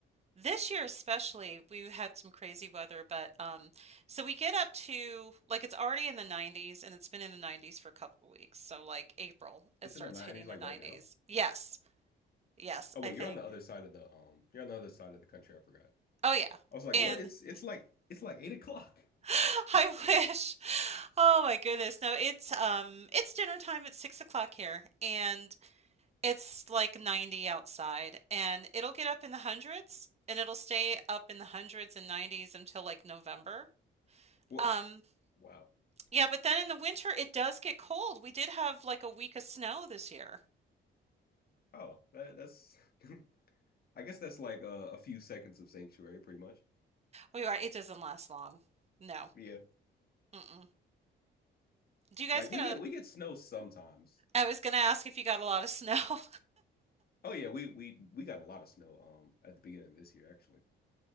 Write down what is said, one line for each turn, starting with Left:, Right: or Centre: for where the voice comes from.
Right: this year especially we had some crazy weather, but um so we get up to like it's already in the 90s and it's been in the 90s for a couple of weeks. So like April it
Left: It's
Right: starts
Left: in the 90s
Right: hitting
Left: like
Right: the 90s.
Left: right now.
Right: Yes. Yes,
Left: Oh wait,
Right: I think.
Left: you're on the other side of the um you're on the other side of the country, I forgot.
Right: Oh yeah.
Left: I was like,
Right: And
Left: what? It's it's like it's like eight o'clock. <laughs>
Right: <laughs> I wish. Oh my goodness. No, it's um it's dinner time. It's six o'clock here and it's like 90 outside and it'll get up in the hundreds and it'll stay up in the hundreds and 90s until like November.
Left: What?
Right: Um
Left: Wow.
Right: yeah, but then in the winter it does get cold. We did have like a week of snow this year.
Left: Oh, that, that's <laughs> I guess that's like uh, a few seconds of sanctuary, pretty much.
Right: We are, it doesn't last long. No.
Left: Yeah.
Right: Mm-mm. Do you guys
Left: Like
Right: gonna
Left: we get we get snow sometimes.
Right: I was gonna ask if you got a lot of snow. <laughs>
Left: Oh yeah, we we we got a lot of snow um at the beginning of this year actually.